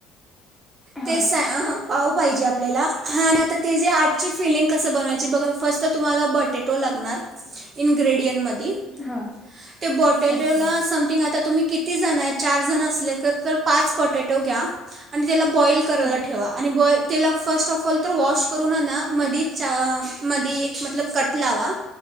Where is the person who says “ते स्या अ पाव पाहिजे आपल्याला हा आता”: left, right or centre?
Right